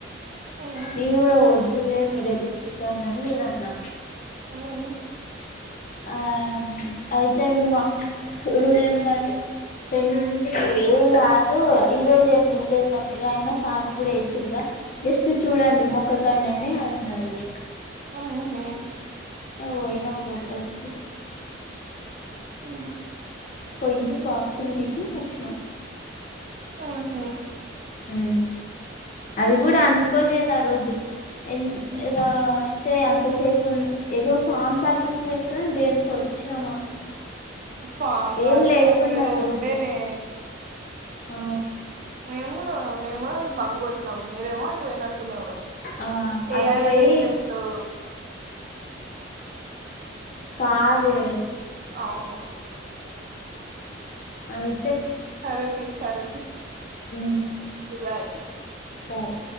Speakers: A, on the right (about 45°); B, on the left (about 40°).
A: ఉమ్
B: నేన్ గుడా వొద్ వొద్దులే మీరెళ్ళీ జూషిరాండని నేనన్నా
A: ఉమ్
B: ఆ మ్ అయితే మేమ రూల్ నెంబర్ టెన్నుండి ఏం గాదు. ఈ రోజు ఏం దిండ్లేదుగా మీరు అయినా స్నానం గుడా ఏసిర్రుగా జస్ట్ చూడండి. మొక్కకండి అని అన్నారు ఇగ
A: ఆహా
B: ఓ వొయినమ్ లోపల్కి
A: అ
B: పోయ్యి బాక్సుల్ దిని వచ్చినం
A: ఆహ
B: ఉ అది గుడా అనుకోలేదు. ఆ రోజు ఎం ఏదో అయితే అంతసేపు ఉన్ ఏదో ఫామ్ సబ్మిట్ జెయినికనో దేనికో ఇచ్చినాం ఆ రోజు
A: ఫామ్ గాదు
B: ఏం లేకుండా
A: అప్పుడేదో
B: ఆ
A: ఉండె
B: రోజు
A: నే
B: ఆ
A: మేమ్ గూడా మేమ్ కడా బంగ్ గొట్టినాం మీరేమో అటు వోయినట్టున్నారు.
B: ఆ అటు
A: ఏఐ
B: పోయి
A: ఏజెంతో
B: కాదే
A: అవును
B: అయ్
A: సరే తీ సరే తీ
B: ఉ
A: <unintelligible>
B: అది